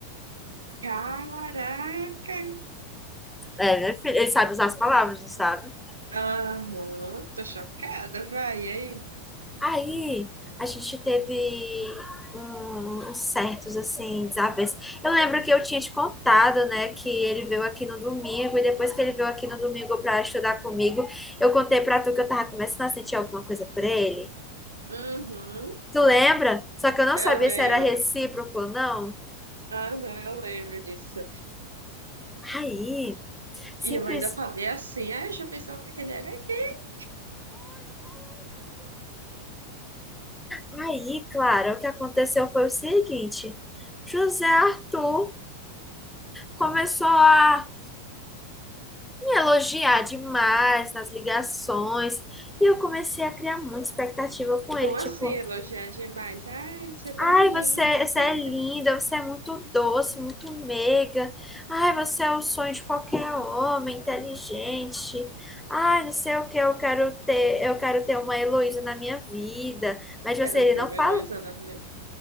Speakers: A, on the right; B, in the centre.
A: Caraca!
B: É, né, filho? ele sabe usar as palavras, não sabe?
A: Aham, tô chocada, vai, e aí?
B: Aí a gente teve um- uns certos, assim, desavenças. Eu lembro que eu tinha te contado, né, que ele veio aqui no domingo, e depois que ele veio aqui no domingo pra estudar comigo, eu contei pra tu que eu tava começando a sentir alguma coisa por ele.
A: Uhum,
B: Tu lembra? Só que eu não
A: eu
B: sabia
A: lembro.
B: se era recíproco ou não.
A: Aham, eu lembro disso.
B: Aí, simples.
A: E eu ainda falei assim, ah, eu já pensava que ele era gay.
B: Aí, Clara, o que aconteceu foi o seguinte: José Arthur começou a me elogiar demais nas ligações. E eu comecei a criar muita expectativa com ele,
A: Como
B: tipo,
A: assim elogiar demais? Ai, você é tão
B: ai,
A: linda,
B: você,
A: tão
B: você
A: perfeita.
B: é linda, você é muito doce, muito meiga. Ai, você é o sonho de qualquer homem, inteligente. Ai, não sei o que, eu quero ter, eu quero ter uma Heloísa na minha vida. Mas tipo
A: Que
B: assim,
A: era
B: ele
A: o filme
B: não fala.
A: elogiando a minha.